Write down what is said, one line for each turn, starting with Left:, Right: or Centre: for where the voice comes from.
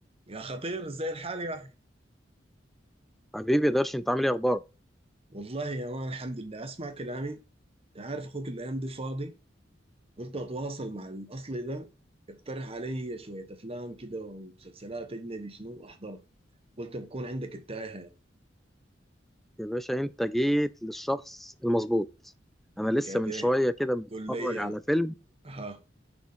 Right: يا خطير ازاي الحال يا اخي
Centre: حبيبي يا درش انت عامل ايه اخبارك
Right: والله يا مان الحمد لله اسمع كلامي انت عارف اخوك الايام دي فاضي قلت اتواصل مع الاصلي ده يقترح علي شويه افلام كده ومسلسلات اجنبي شنو احضرها قلت بكون عندك التايهه يعني
Centre: يا باشا انت جيت للشخص المظبوط انا لسه
Right: كده
Centre: من شويه كده متفرج
Right: قول لي يا
Centre: على
Right: مان.
Centre: فيلم
Right: اها